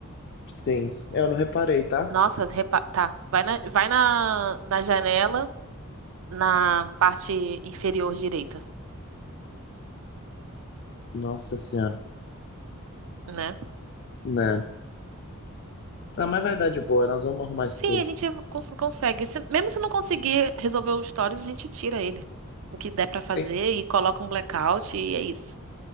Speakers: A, on the left; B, on the right.
A: Sim. Eu não reparei, tá?
B: Nossa, repa- tá. Vai na, vai na, na janela, na parte inferior direita,
A: Nossa senhora.
B: né?
A: Né. Não, mas vai dar de boa. Nós vamos arrumar
B: Sim,
A: isso tudo.
B: a gente cons- consegue. Se- mesmo se não conseguir resolver o stories, a gente tira ele. O que der pra fazer
A: Tem-
B: e coloca um blackout e é isso.